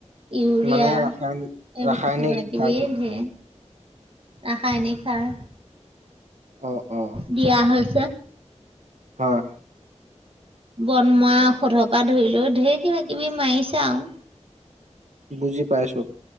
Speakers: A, on the right (about 50°); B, on the right (about 75°).
A: ইউৰিয়া
B: মানে
A: এইবোৰ
B: ৰাসায়নিক ৰাসায়নিক
A: কিবা কিবি
B: সাৰ খিনি
A: ধেই ৰাসায়নিক সাৰ
B: অ অ
A: দিয়া হৈছে।
B: হয়
A: বনমোৱা ঔষধৰ পৰা ধৰি লৈ ঢেৰ কিবা কিবি মাৰিছে আও
B: বুজি পাইছো।